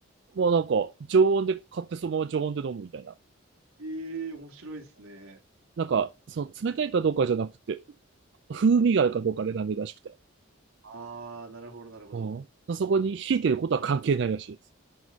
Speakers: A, on the right; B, on the right.
A: もうなんか、常温で買ってそのまま常温で飲むみたいな。
B: ー、えー、面白いですね。
A: なんか、その冷たいかどうかじゃなくて、風味があるかどうかで選んでるらしくて。
B: あー、なるほど、なるほど。
A: うん。そこに冷えてることは関係ないらしいです。